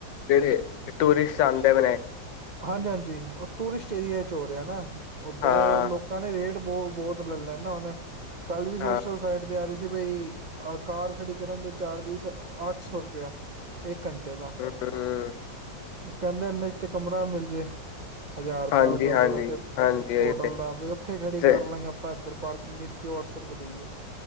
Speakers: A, on the left; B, on the right.
A: ਜਿੜੇ ਟੂਰਿਸਟ ਆਦੇ ਨੇ।
B: ਹਾਂਜੀ ਹਾਂਜੀ ਉਹ ਟੂਰਿਸਟ ਏਰੀਆ ਚ ਹੋ ਰਿਹਾ ਨਾ। ਉੱਧਰ
A: ਹਾਂ
B: ਲੋਕਾਂ ਨੇ ਰੇਟ ਬਹੁਤ ਲੈ ਲੈ ਨਾ ਹੁਣ ਕੱਲ ਵੀ ਸੋਸ਼ਲ
A: ਹਾਂ
B: ਸਾਈਟ ਤੇ ਆ ਰਹੀ ਸੀ ਬਈ ਕਾਰ ਖੜੀ ਕਰਨ ਦੇ ਚਾਰਜਿਸ ਅੱਠ ਸੌ ਰੁਪਆ ਇੱਕ ਘੰਟੇ ਦਾ
A: ਹੂੰ
B: ਉਹ ਕਹਿੰਦੇ ਨਿਸ਼ਟਿਕ ਕਮਰਾ ਮਿਲ ਜੇ ਹਜ਼ਾਰ
A: ਹਾਂਜੀ
B: ਬਾਰਾਂ ਸੌ
A: ਹਾਂਜੀ
B: ਰੁਪਏ ਦਾ ਤੇ
A: ਹਾਂਜੀ ਇਹ
B: ਹੋਟਲ
A: ਤੇ
B: ਦਾ ਉੱਥੇ ਖੜੀ
A: ਤੇ
B: ਕਰ ਲਾਂਗੇ ਆਪਾਂ ਇੱਧਰ ਪਾਰਕਿੰਗ ਵਿਚ ਕਿ ਅਠ ਰੁਪ ਦੇਈਏ